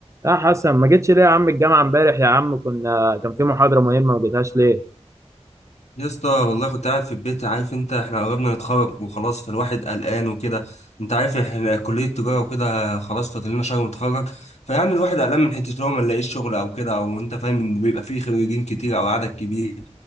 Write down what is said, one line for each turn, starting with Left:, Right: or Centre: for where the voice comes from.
Right: يا حسن ما جيتش ليه يا عم الجامعة امبارح يا عم كنا كان في محاضرة مهمة ما جيتهاش ليه؟
Left: يا اسطى والله كنت قاعد في البيت عارف انت احنا قربنا نتخرج وخلاص فالواحد قلقان وكده انت عارف احنا كلية تجارة وكده خلاص فاضل لنا شهر ونتخرج فيعني الواحد قلقان من حتة لو ما نلاقيش شغل او كده او انت فاهم انه بيبقى فيه خريجين كتير او عدد كبير